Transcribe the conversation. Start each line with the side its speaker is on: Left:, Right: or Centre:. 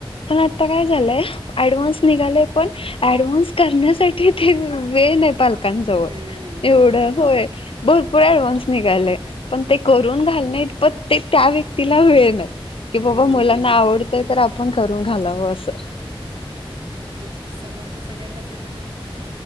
Left: पण आता काय झालंय एडव्हान्स निघालाय पण एडव्हान्स करण्या साठी ते वेळ नाही. पालकांचा ओ
Right: वेळ नाही
Left: एवढ
Right: हां.
Left: होय भरपूर एडव्हान्स निघालय पण ते करून घालायचं, प त्या व्यक्ती वेळ नाही कि
Right: वेळ
Left: बाबा
Right: नाही
Left: मुलांना
Right: खरंच
Left: आवडतय आपण करू करून घालाव असं.
Right: तेच म्हणजे समजत सगळ्यांनाच आहे पण मग अ